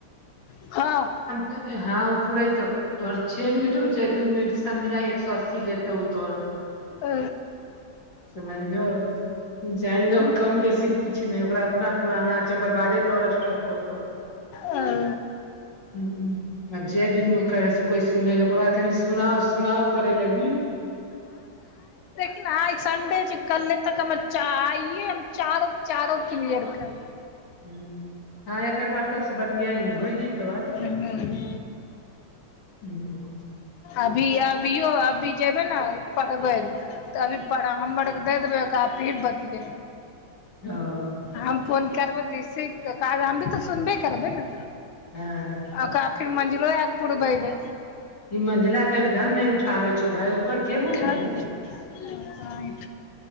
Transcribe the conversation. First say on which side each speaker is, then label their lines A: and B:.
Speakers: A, on the left; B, on the left.
A: <unintelligible> हँ।
B: त हँ ओ परा ई तऽ। तोहर छे मिनट हो चाहे, दू मिनट, सब मिलाये, एक सए अस्सी लेतौ तोहर।
A: आ।
B: से मानलिय। जानि लहो कम बेसी कुछ नहि ओकरा, ओतना पुराना छै ओकर बादे तोहर स्टॉप होतौ।
A: ह़।
B: ह अ जय दिन मे। कोइ सुने पा बबा कसुनाउ -सुनाउ करै लगल
A: लेकिन सडे छै कल तक हम आइे चारो -चारो क्लियर कर
B: ह- हँ एक -एक बार सबसे बतिया लिय, ओइ दिन त और।
A: करबै
B: ह।
A: अभी, अभियो अभी जेबै ने पढ़बै। तऽ अभी पड़ा, हमरके द देबै ओकरा फिर बतियै्
B: ओ
A: हम फोन करबै जैसे, हम भी तऽ सुनबे करबै ने।
B: हँ।
A: ओकरा फेर मञ्जिलो आके पुरबय के।
B: ई मंझिला तो एकदम ने उठाबे छौ, भााय ओकर के बोले
A: भ
B: ने गे।
A: <unintelligible>